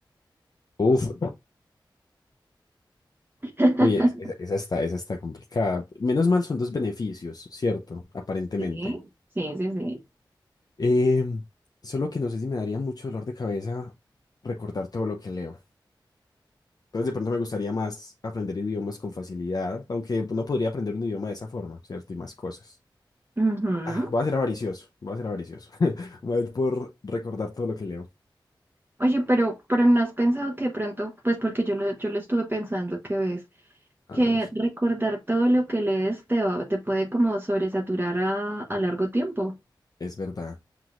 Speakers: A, on the left; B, on the right.
A: Uf,
B: <laughs>
A: uy, es- esa, esa está, esa está complicada. Menos mal son dos beneficios, ¿cierto? Aparentemente.
B: Sí, sí, sí, sí.
A: Em, solo que no sé si me daría mucho dolor de cabeza recordar todo lo que leo. Entonces, de pronto me gustaría más aprender idiomas con facilidad, aunque pues, no podría aprender un idioma de esa forma, ¿cierto? Y más cosas.
B: Ujú.
A: Ah, voy a ser avaricioso, voy a ser avaricioso. <laughs> Voy a ir por recordar todo lo que leo.
B: Oye, pero, pero no has pensado que de pronto, pues porque yo lo, yo lo estuve pensando que ves,
A: A
B: que
A: ver,
B: recordar todo lo que lees te va- te puede como sobresaturar a, a largo tiempo.
A: es verdad.